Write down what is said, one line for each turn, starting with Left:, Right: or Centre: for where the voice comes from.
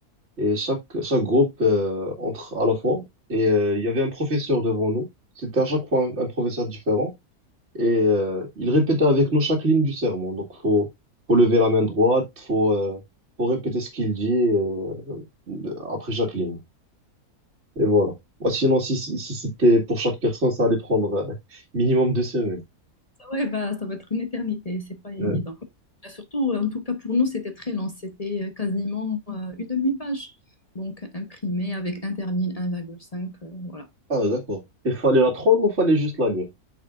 Right: et chaque, chaque groupe euh, entre à la fois. Et euh, il y avait un professeur devant nous, c'était à chaque fois un, un professeur différent, et euh, il répétait avec nous chaque ligne du sermon. Donc faut, faut lever la main droite, faut, euh, faut répéter ce qu'il dit euh, après chaque ligne. Et voilà. Moi, sinon, si, si si c'était pour chaque personne, ça allait prendre euh, minimum deux semaines.
Left: Ça, Ouais, bah, ça va être une éternité, c'est pas évident.
Right: Ouais.
Left: Et surtout, en tout cas pour nous, c'était très long, c'était euh, quasiment euh, une demi-page. Donc imprimé avec interligne 1,5, euh, voilà.
Right: Ah, d'accord. Il fallait la prendre ou fallait juste la lire?